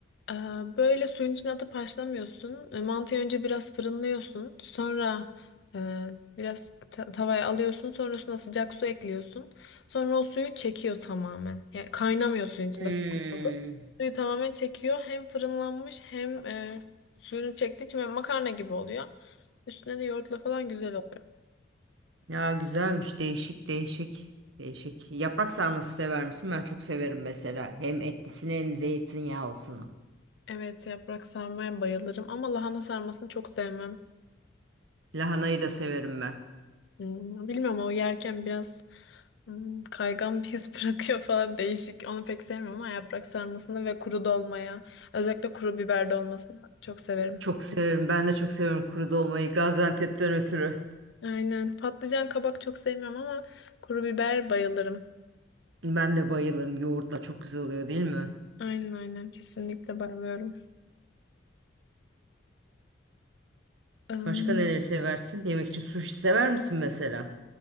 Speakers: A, on the left; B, on the right.
A: Ee, Böyle suyun içine atıp haşlamıyorsun. E, Mantıyı önce biraz fırınlıyorsun. Sonra e, biraz ta- tavaya alıyorsun. Sonrasında sıcak su ekliyorsun. Sonra o suyu çekiyor tamamen. Yani kaynamıyor suyun içinde.
B: Hmm.
A: fokur fokur. Suyu tamamen çekiyor. Hem fırınlanmış hem e, suyunu çektiği için böyle makarna gibi oluyor. Üstüne de yoğurtla falan güzel oluyor.
B: Ya güzelmiş. Değişik değişik. Değişik. Yaprak sarması sever misin? Ben çok severim mesela. Hem etlisini hem zeytinyağlısını.
A: Evet yaprak sarmaya bayılırım ama lahana sarmasını çok sevmem.
B: Lahanayı da severim ben.
A: Hmm, Bilmiyorum o yerken biraz Hmm, Kaygan bir his <laughs> bırakıyor falan değişik. Onu pek sevmiyorum ama yaprak sarmasını ve kuru dolmaya, özellikle kuru biber dolmasını çok severim.
B: Çok severim. Ben de çok seviyorum kuru dolmayı. Gaziantep'ten ötürü.
A: Aynen. Patlıcan kabak çok sevmiyorum ama kuru biber bayılırım.
B: Ben de bayılırım. Yoğurtla çok güzel oluyor değil mi?
A: Aynen aynen kesinlikle bayılıyorum. Im,
B: Başka neleri seversin? Yemek için sushi sever misin mesela?